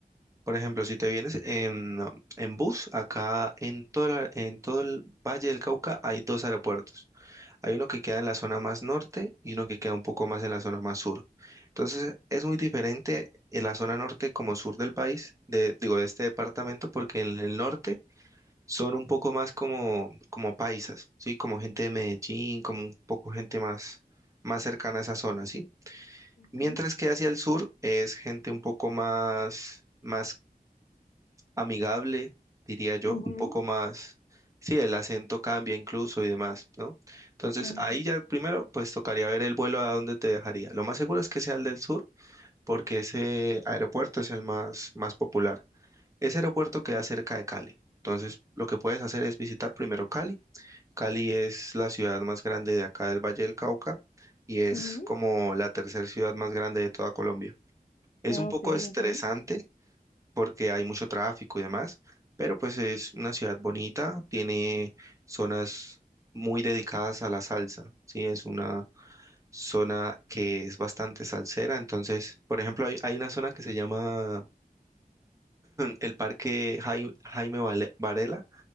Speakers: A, on the right; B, on the left.
A: por ejemplo, si te vienes en, en bus, acá en todo, la- en todo el Valle del Cauca hay dos aeropuertos. Hay uno que queda en la zona más norte y uno que queda un poco más en la zona más sur. Entonces, es muy diferente en la zona norte como sur del país, de, digo, de este departamento, porque en el norte son un poco más como, como paisas, ¿sí? Como gente de Medellín, como un poco gente más, más cercana a esa zona, ¿sí?
B: ok.
A: Mientras que hacia el sur es gente un poco más, más amigable, diría yo,
B: Ujú,
A: un poco más, sí, el acento cambia incluso y demás, ¿no? Entonces
B: ok,
A: ahí ya primero, pues tocaría ver el vuelo a dónde te dejaría. Lo más seguro es que sea el del sur, porque ese aeropuerto es el más, más popular. Ese aeropuerto queda cerca de Cali. Entonces lo que puedes hacer es visitar primero Cali. Cali es la ciudad más grande de acá del Valle del Cauca y es
B: ujú,
A: como la tercera ciudad más grande de toda Colombia. Es
B: ah,
A: un poco
B: Ok, ok.
A: estresante porque hay mucho tráfico y demás, pero pues es una ciudad bonita, tiene zonas muy dedicadas a la salsa, ¿sí? Es una zona que es bastante salsera, entonces, por ejemplo, hay, hay una zona que se llama el Parque Jai- Jaime Vale- Varela,